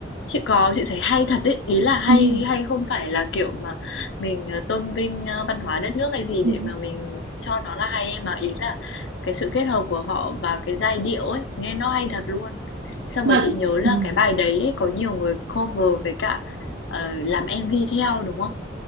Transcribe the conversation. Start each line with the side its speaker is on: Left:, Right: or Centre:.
Left: chị có chị thấy hay thật ấy ý là hay
Right: <laughs>
Left: hay không phải là kiểu mà mình ờ, tôn vinh ờ, văn hóa đất nước hay gì
Right: Ừ.
Left: để mà mình cho nó là hay ấy, mà ý là cái sự kết hợp của họ và cái giai điệu ấy nghe nó hay thật luôn xong
Right: Mà
Left: rồi chị nhớ là
Right: ừ,
Left: cái bài đấy ấy, có nhiều người cover với cả ờ, làm MV theo đúng không